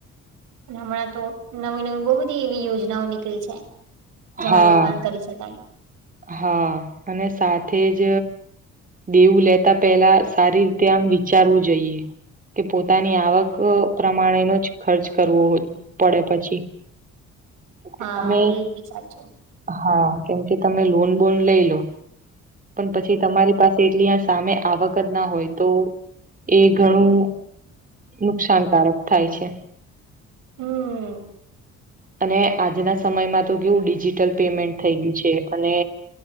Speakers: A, on the right (about 85°); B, on the right (about 25°).
A: હમણાં તો નવી નવી બહુ બધી એવી યોજનાઓ નીકળી છે. જેમાં
B: હા
A: રોકાણ કરી શકાય
B: હા અને સાથે જ દેવું લેતા પહેલા સારી રીતે આમ વિચારવું જોઈએ. કે પોતાની આવક પ્રમાણેનો જ ખર્ચ કરવો પડે પછી. <inaudible>
A: હા
B: કે તમે
A: એબી સાચું
B: હા કેમકે તમે લોન બોન લઈલો પણ પછી તમારી પાસે એટલી સામે આવક જ ના હોય તો એ ઘણું નુકસાનકારક થાય છે
A: હમ
B: અને આજના સમયમાં તો કેવું ડિજિટલ પેમેન્ટ થઈ ગયું છે અને